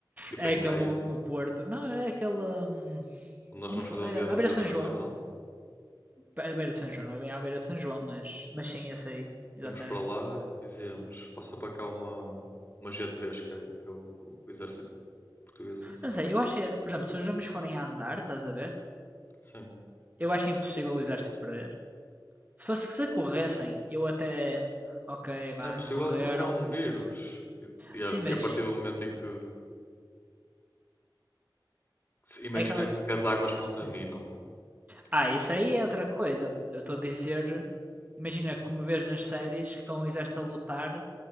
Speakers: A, on the left; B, on the right.
A: Tipo
B: É
A: em
B: aquele
A: Gaia,
B: no, no Porto. Não, é aquele. hum,
A: onde nós
B: onde
A: vamos
B: foi?
A: fazer o
B: É,
A: Dia da
B: à
A: Defesa
B: beira de São
A: Nacional.
B: João. É À beira de São João, não é bem à beira de São João, mas, mas sim, esse aí. Exatamente.
A: Íamos para lá e dizíamos: passa para cá uma, uma g três que é, que é o que o exército português usa.
B: Não sei, eu acho que, por exemplo, se os homens forem a andar, estás a ver?
A: Sim.
B: eu acho impossível o Exército perder. Se fosse se corressem, eu até. Ok, vá,
A: Não é impossível
B: correram.
A: porque é um vírus. E, e
B: Sim,
A: a,
B: mas
A: e a partir do momento em que se imagina
B: é aquela.
A: que, as águas contaminam.
B: Sim. Ah, isso aí é outra coisa. Eu estou a dizer. Imagina como vês nas séries que estão o exército a lutar